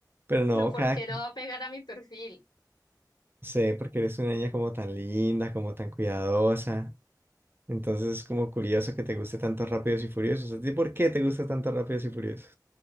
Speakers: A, on the right; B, on the left.
A: Pero
B: <laughs>
A: no,
B: Pero ¿por
A: cada...
B: qué no va a pegar a mi perfil?
A: sé, porque eres una niña como tan linda, como tan cuidadosa. Entonces es como curioso que te guste tanto Rápidos y Furiosos. ¿A ti por qué te gusta tanto Rápidos y Furiosos?